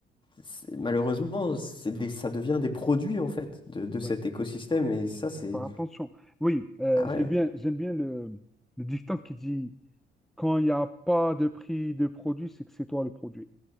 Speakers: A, on the left; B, in the centre.
A: c'est- malheureusement, c'est des, ça devient des produits en fait de, de cet
B: Ouais.
A: écosystème
B: Ouais.
A: et ça c'est
B: Faire attention. Oui, euh,
A: ah
B: j'aime
A: ouais.
B: bien, j'aime bien le, le dicton qui dit quand il n'y a pas de prix de produit, c'est que c'est toi le produit.